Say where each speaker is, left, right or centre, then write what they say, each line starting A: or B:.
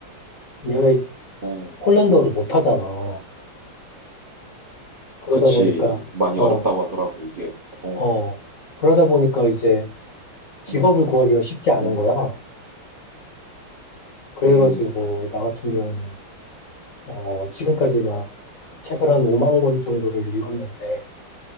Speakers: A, on the left; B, on the right.
A: 내가 이-
B: 어.
A: 폴란드어를 못하잖아. 그러다
B: 그치.
A: 보니까
B: 많이
A: 어,
B: 어렵다고 하더라고 이게. 어.
A: 어, 그러다 보니까 이제 직업을
B: 음.
A: 구하기가 쉽지 않은
B: 음.
A: 거야. 그래가지고
B: 음.
A: 나 같은 경우는 어, 지금까지 막 책을 한 5만 권 정도를 읽었는데